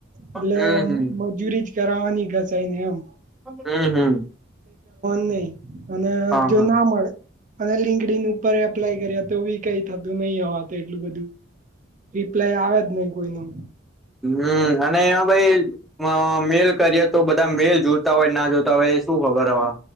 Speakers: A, on the right (about 40°); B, in the centre.
A: એટલે
B: હમ હમ
A: મજૂરી જ કરાવવાની ઘસાઈ ને એમ.
B: હમ હમ.
A: નહી
B: હા
A: જો
B: હા
A: ના મળે લંકર એપ્લાય કર તો. કઈ થતું નહીિ હવા તો એટલું બધું રિપ્લાય આવે જ નહીિ કોઈ ન.
B: હમ અને એમાં ભાઈ મેલ કરીએ તો બધા મેલ જોતા હોય ના જોતા. હવે શું ખબર હવે.